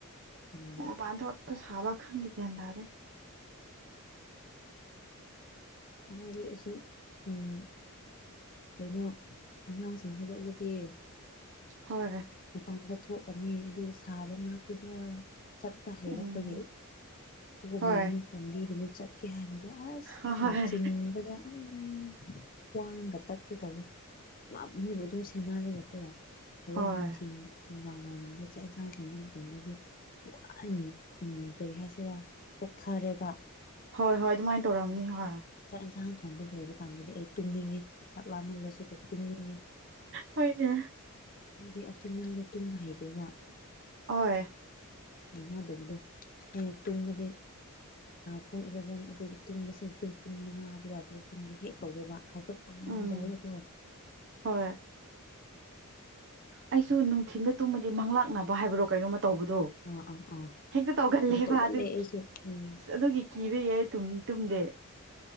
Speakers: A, on the left; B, on the right.
A: ꯎꯝ
B: ꯄꯥꯟꯊ ꯁꯥꯕ ꯈꯪꯗ ꯀꯗꯔꯦ
A: ꯑꯗꯤ ꯑꯁꯤ ꯎꯝ ꯀꯩꯅꯩꯅꯣ ꯑꯉꯥꯡꯁꯤꯡ ꯍꯧꯒꯠꯂꯗꯤ
B: ꯍꯣꯏ
A: ꯃꯄꯥꯟꯗ ꯊꯣꯛ ꯄꯅꯤ ꯑꯗꯨ ꯁꯥꯕ ꯃꯔꯛꯇꯨꯗ ꯆꯠꯄ ꯍꯩꯔꯛꯄꯒꯤ
B: ꯎꯝ
A: ꯄꯣꯝꯕꯤꯒꯅꯨ
B: ꯍꯣꯏ
A: ꯄꯥꯝꯕꯤꯒꯅꯨ ꯆꯠꯀꯦ ꯍꯥꯏꯅꯒꯣ ꯑꯁ
B: ꯍꯣꯏ
A: ꯃꯥꯕꯨ ꯍꯕꯗ ꯑꯩ ꯈ꯭ꯋꯥꯡꯒ ꯇꯠꯀꯦ ꯇꯧꯋꯤ ꯃꯣꯏꯕꯨ ꯑꯗꯨꯝ ꯁꯦꯟꯅꯔꯒꯀꯣ ꯍꯣꯔꯦꯟ
B: ꯍꯣꯏ
A: ꯅꯨꯡꯊꯤꯟ ꯅꯨꯡꯗꯥꯡ ꯃꯋꯥꯏꯔꯣꯝꯗ ꯆꯥꯛ ꯌꯦꯟꯁꯥꯡ ꯐꯣꯡꯕ ꯃꯇꯝꯗꯗꯤ ꯋꯥ ꯎꯝ ꯀꯔꯤ ꯍꯥꯏꯁꯤꯔꯥ ꯆꯣꯛꯊꯔꯦꯕ
B: ꯍꯣꯏ ꯍꯣꯏ ꯑꯗꯨꯃꯥꯏꯅ ꯇꯧꯔꯑꯝꯅꯤ ꯍꯣꯏ
A: ꯑꯦꯟꯖꯥꯡ ꯊꯣꯡꯕ ꯂꯣꯏꯕ ꯀꯥꯟꯗꯗꯤ ꯑꯩ ꯇꯨꯝꯅꯤꯡꯉꯦ ꯁꯥꯛꯂꯥꯃꯟꯂꯁꯨ ꯈ ꯇꯨꯝꯅꯤꯡꯉꯤ
B: ꯍꯣꯏꯅꯦ
A: ꯍꯥꯏꯗꯤ ꯑꯥꯐꯇꯔꯅꯨꯟꯗ ꯇꯨꯝꯕ ꯍꯩꯗꯦꯕ
B: ꯍꯣꯏ
A: ꯍꯩꯅꯗꯕꯗꯣ ꯑꯩꯅ ꯇꯨꯝꯃꯗꯤ ꯄꯨꯡ ꯏꯂꯚꯦꯟ ꯑꯗꯨ ꯇꯨꯝꯁꯦꯨꯡ ꯄꯨꯡ ꯃꯉꯥ ꯑꯗꯨꯋꯥꯏꯐꯥꯎ ꯇꯨꯡꯒꯤ ꯍꯦꯛ ꯇꯧꯋꯦꯕ ꯍꯧꯒꯠꯄ ꯉꯝꯅꯗ꯭ꯔꯒꯀꯣ
B: ꯎꯝ ꯍꯣꯏ ꯑꯩꯁꯨ ꯅꯨꯡꯊꯤꯟꯗ ꯇꯨꯝꯃꯗꯤ ꯃꯪꯂꯥꯛꯅꯕ ꯍꯥꯏꯕ꯭ꯔꯣ ꯀꯩꯅꯣꯝ ꯇꯧꯕꯗꯣ
A: ꯑꯥ ꯑꯥ ꯑꯥ
B: ꯍꯦꯛꯇ ꯇꯧꯒꯜꯂꯦꯕ
A: ꯇꯧꯒꯜꯂꯦ
B: ꯑꯗꯨ
A: ꯑꯩꯁꯨ ꯎꯝ
B: ꯑꯁ ꯑꯗꯨꯒꯤ ꯀꯤꯕ ꯌꯥꯏ ꯇꯨꯝꯗꯦ